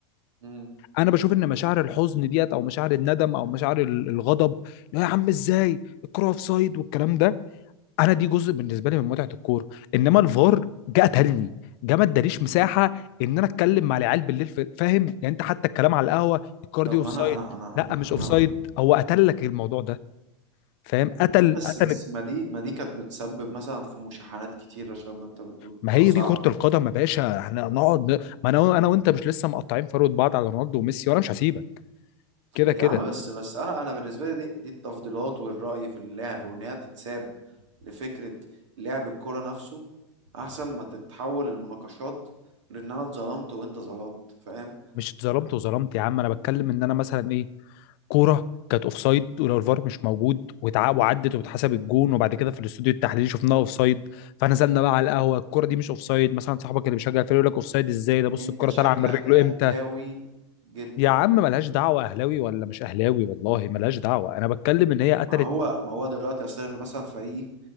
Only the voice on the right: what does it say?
مم.
مم.
طب
ما
أنا أنا أنا
أنا,
أنا...
بس
بس ما دي ما دي كانت بتسبب مثلا في مشاحنات كتير عشان ما أنت بتقول
كا- صعبة
يا عم بس بس أنا أنا بالنسبة لي دي دي التفضيلات والرأي في اللعب وإن هي تتساب لفكرة لعب الكورة نفسه أحسن ما تتحول المناقشات لأن أنا اتظلمت وأنت ظلمت فاهم
أنت
شكلك
أهلاوي
جدا
ما هو ما هو دلوقتي اصل أنا مثلا فريقي